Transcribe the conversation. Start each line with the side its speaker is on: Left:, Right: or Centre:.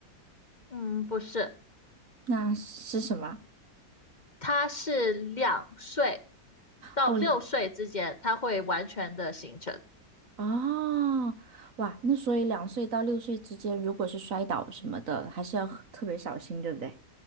Left: 嗯，不是，
Right: <laughs> 那是什么？
Left: 它是两岁到六岁之间，
Right: 哦，
Left: 它会完全的形成。
Right: 哦，哇，那所以两岁到六岁之间，如果是摔倒什么的，还是要很特别小心，对不对？